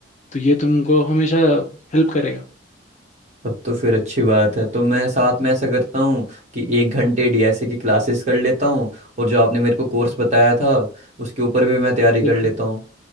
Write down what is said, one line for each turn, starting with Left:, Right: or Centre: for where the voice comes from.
Left: तो ये तुमको हमेशा हेल्प करेगा
Right: तब तो फिर अच्छी बात है तो मैं साथ में ऐसा करता हूँ कि एक घंटे डीएसए की क्लासेस कर लेता हूँ और जो आपने मेरे को कोर्स बताया था उसके ऊपर भी मैं तैयारी
Left: बिल्कुल
Right: कर लेता हूँ